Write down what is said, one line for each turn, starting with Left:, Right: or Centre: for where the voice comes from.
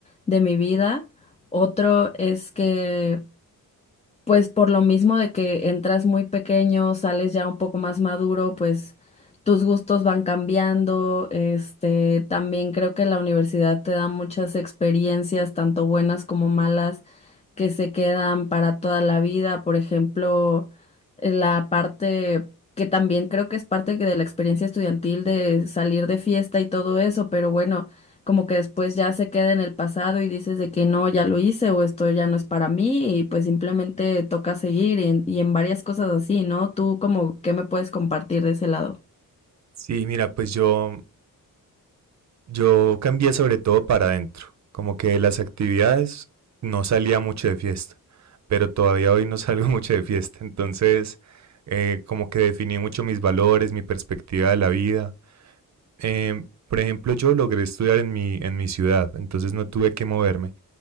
Left: de mi vida. Otro es que pues por lo mismo de que entras muy pequeño, sales ya un poco más maduro, pues tus gustos van cambiando. Este, también creo que la universidad te da muchas experiencias, tanto buenas como malas, que se quedan para toda la vida, por ejemplo, la parte que también creo que es parte que de la experiencia estudiantil de salir de fiesta y todo eso, pero bueno, como que después ya se queda en el pasado y dices de que no, ya lo hice o esto ya no es para mí y pues simplemente toca seguir y en, y en varias cosas así, ¿no? Tú como, ¿qué me puedes compartir de ese lado?
Right: Sí, mira, pues yo, yo cambié sobre todo para adentro. Como que de las actividades no salía mucho de fiesta, pero todavía hoy no salgo <laughs> mucho de fiesta. Entonces, eh, como que definí mucho mis valores, mi perspectiva de la vida. eh, por ejemplo, yo logré estudiar en mi, en mi ciudad, entonces no tuve que moverme